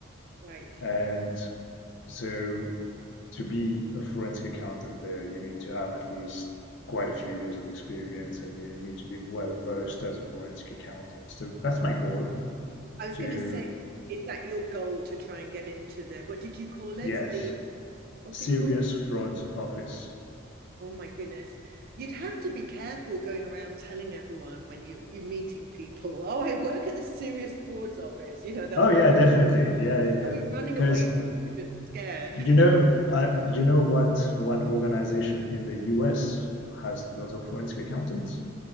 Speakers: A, on the right; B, on the left.
A: Right.
B: And so to be a forensic accountant there, you need to have at least quite a few years of experience and you need to be well versed as a forensic accountant. So that's my goal
A: I was
B: to,
A: going to say, is that your goal to try and get into the, what did you call
B: yes,
A: it? The, what's
B: serious
A: it called?
B: fraud office.
A: Oh my goodness. You'd have to be careful going around telling everyone when you, you're meeting people, oh, I work at the Serious Frauds Office. You know, they'll
B: Oh,
A: be,
B: yeah, definitely. Yeah, yeah, yeah.
A: they'll be running
B: Because
A: away from you just scared.
B: You know,
A: <laughs>
B: I, you know what one organization in the US has a lot of forensic accountants?